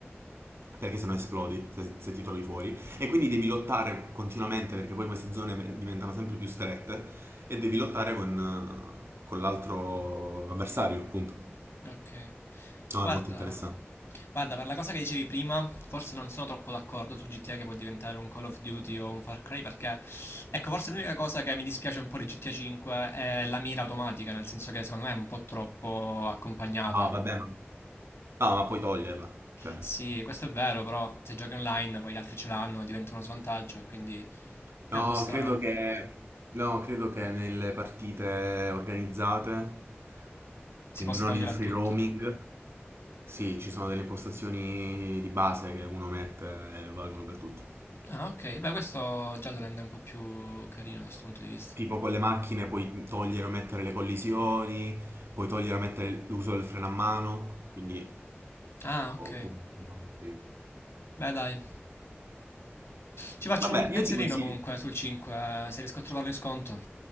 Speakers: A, on the right; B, on the left.
A: perché sennò esplodi se, se ti trovi fuori. E quindi devi lottare continuamente, perché poi queste zone ve- diventano sempre più strette, e devi lottare con, eh, con l'altro avversario, appunto.
B: Ok.
A: No,
B: Guarda,
A: è molto interessante.
B: guarda, per la cosa che dicevi prima, forse non sono troppo d'accordo su GTA che può diventare un Call of Duty o un Far Cry perché ecco, forse l'unica cosa che mi dispiace un po' di GTA 5 è la mira automatica, nel senso che secondo me è un po' troppo accompagnata.
A: Ah, va bene. No, ma puoi toglierla, cioè...
B: Sì, questo è vero, però se giochi online, poi gli altri ce l'hanno, diventa uno svantaggio e quindi è
A: No,
B: un po' strano.
A: credo che, no, credo che nelle partite organizzate,
B: Si
A: quindi
B: possa
A: non
B: togliere
A: in free
B: a tutto.
A: roaming, sì, ci sono delle impostazioni di base che uno mette e valgono per tutti.
B: Ah, ok. Beh, questo già lo rende un po' più carino da questo punto di vista.
A: Tipo con le macchine puoi togliere o mettere le collisioni, puoi togliere o mettere l'uso del freno a mano, quindi...
B: Ah,
A: Oppure,
B: ok.
A: insomma, sì.
B: Beh, dai. Ci faccio
A: Vabbè,
B: un pensierino
A: io ti consiglio.
B: comunque sul 5, eh, se riesco a trovarlo in sconto.